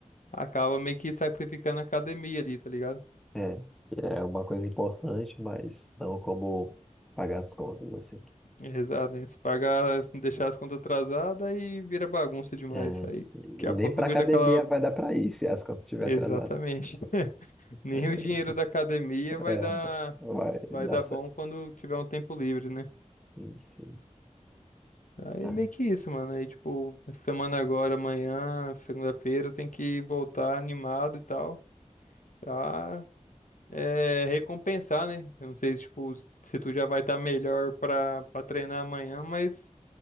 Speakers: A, on the left; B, in the centre.
A: acaba meio que sacrificando a academia ali, tá ligado?
B: É, é uma coisa importante, mas não como pagar as contas, assim.
A: É Exato, né? Se pagar, se não deixar as contas atrasadas, aí vira bagunça demais.
B: É,
A: Aí daqui
B: e
A: a
B: nem
A: pouco
B: pra
A: vira
B: academia
A: aquela.
B: vai dar pra ir se as contas estiver
A: Exatamente.
B: atrasada.
A: <laughs> Nem
B: Aí eu-
A: o dinheiro da academia vai
B: É,
A: dar,
B: vai
A: vai
B: dar
A: dar
B: certo.
A: bom quando tiver um tempo livre, né?
B: Sim, sim.
A: Aí
B: Tá.
A: é meio que isso, mano. Aí, tipo, semana agora, amanhã, segunda-feira, tem que voltar animado e tal, pra é, recompensar, né? Eu não sei se, tipo, se tu já vai estar melhor pra, pra treinar amanhã, mas.